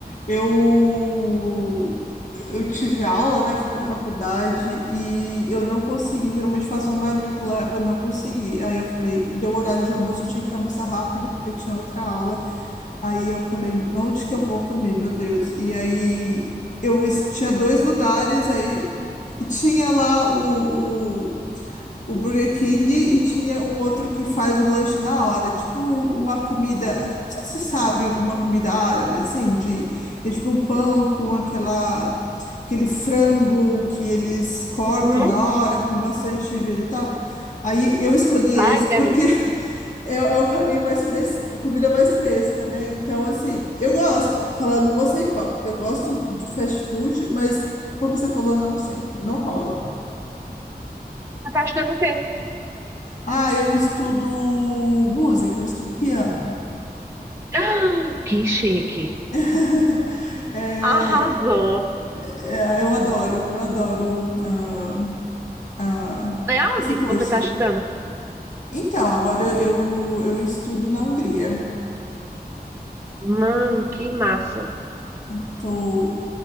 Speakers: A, on the left (about 50°); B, on the right (about 15°).
A: eu eu tive aula, né? Fui para faculdade e eu não consegui. Geralmente faço uma marmita e levo, eu não consegui. Aí eu falei, deu horário de almoço, eu tinha que almoçar rápido porque eu tinha outra aula. Aí eu falei, onde que eu vou comer, meu Deus? E aí eu es- tinha dois lugares, aí tinha lá o, o, o Burger King e tinha um outro que faz o lanche na hora, tipo uma comida, não sei se você sabe, uma comida árabe, assim, de, é tipo um pão com aquela, aquele frango que eles cortam
B: Uhum.
A: na hora, com bastante vegetal. Aí eu escolhi
B: Ai,
A: esse
B: que delícia.
A: porque <laughs> É, é o caminho mais fresco, comida mais fresca, né? Então, assim, eu gosto, falando, não vou ser hipócrita, eu gosto de fast food, mas, como você falou, não sempre, não rola.
B: Você tá achando o quê?
A: Ah, eu estudo música, eu estudo piano.
B: <gasps> Ah, Que chique.
A: <laughs> É,
B: Arrasou.
A: é, eu adoro, eu adoro ah, ah,
B: É aonde
A: esse curso.
B: você tá estudando?
A: Então, agora eu, eu estudo na Hungria.
B: Mano, que massa.
A: Estou